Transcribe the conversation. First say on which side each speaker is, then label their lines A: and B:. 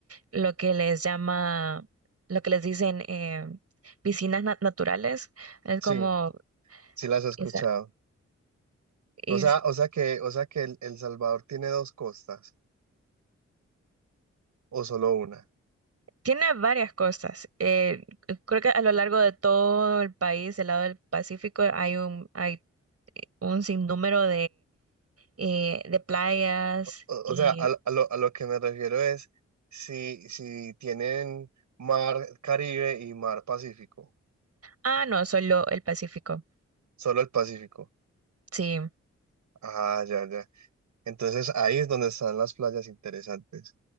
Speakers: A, on the right; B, on the right.
A: lo que les llama, lo que les dicen eh, piscinas na- naturales. Es
B: Sí,
A: como,
B: sí las he escuchado.
A: esa- es-
B: O sea, o sea que, o sea que el, El Salvador tiene dos costas o solo una.
A: tiene varias cosas. Eh, creo que a lo largo de todo el país, del lado del Pacífico, hay un, hay eh, un sinnúmero eh, de playas
B: O,
A: y...
B: o sea, a, lo, a lo a lo que me refiero es si, si tienen mar Caribe y mar Pacífico,
A: Ah, no, solo el Pacífico.
B: solo el Pacífico.
A: Sí,
B: Ah, ya, ya. Entonces ahí es donde están las playas interesantes.